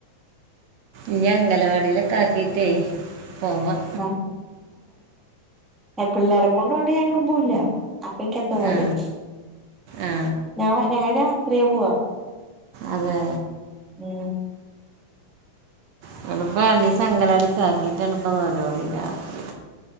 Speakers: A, on the right; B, in the centre.
A: ഇനി അങ്കലവാടീലൊക്കാക്കീട്ടേ പോകാം
B: ആ പിള്ളേരെ കൊണ്ടോവാണ്ട് ഞാൻ എങ്ങടും പോവൂല്ല അപ്പം ഇൻക്ക് എന്തോപോലെയാവും
A: ആ ആ
B: ഞാൻ ഞങ്ങൾ രാ ത്രിയാ പോവാ
A: അതെ
B: ഉം
A: ഇവടപ്പം രണ്ടീസം അങ്കലാടിക്ക് ആക്കിട്ടാണ് ഇപ്പം നോളോളി ഇല്ലാത്തത്